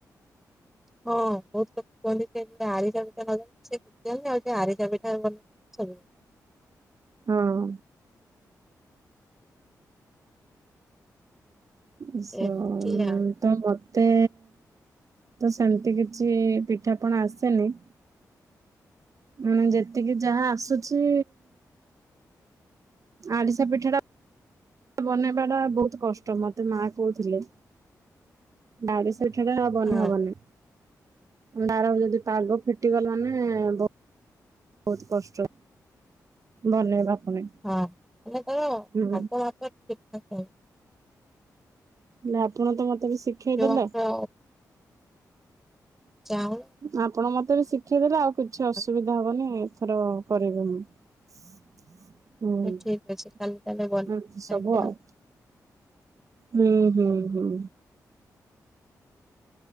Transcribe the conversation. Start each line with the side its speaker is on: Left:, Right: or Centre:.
Centre: ହଁ ବହୁତ ଲୋକ କୁହନ୍ତି ଯେ ତତେ ଆରିଷା ପିଠା <unintelligible> ଶିଖିଚନ୍ତି ଆଉ ସେ ଆରିଶା ପିଠା ବନେଇ ସବୁବେଳେ।
Right: ହଁ। ଉ ସ
Centre: ଏମିତି
Right: ଉଁ
Centre: ଆଉ
Right: ତ ମତେ ତ ସେମତି କିଛି ପିଠା ପଣା ଆସେନି। ମାନେ ଯେତିକି ଯାହା ଆସୁଛି ଆରିସା ପିଠା ଟା ବନେଇବା ଟା ବହୁତୁ କଷ୍ଟ ମତେ ମାଆ କହୁଥିଲେ। ଆରିସା ପିଠାଟା ବନେଇ
Centre: ହଁ।
Right: ହବନି ତାର ଯଦି ପାଗ ଫିଟିବ ମାନେ ବ ବହୁତ କଷ୍ଟ ବନେଇବା। ପୁଣି।
Centre: ହଁ ମାନେ ତାର ଭାଗ
Right: ହୁଁ
Centre: ମାପ ଠିକ୍ ଠାକ୍ <inaudible>
Right: ହେଲେ ଆପଣ ତ ମତେ ବି ଶିଖେଇଦେଲେ।
Centre: ଯୋଉ ଆମର ଚାଉଳ
Right: ଆପଣ ମତେ ବି ଶିଖେଇ ଦେଲେ ଆଉ କିଛି
Centre: ଚାଉଳ
Right: ଅସୁବିଧା ହବନି। ଏଥରକ କରିବି ମୁଁ। ହୁଁ
Centre: ଠିକ ଅଛି କାଲି ତାହେଲେ ବନେଇକି
Right: <unintelligible>
Centre: ଖାଇବେ
Right: ସବୁ ଆଉ। ହୁଁ ହୁଁ ହୁଁ।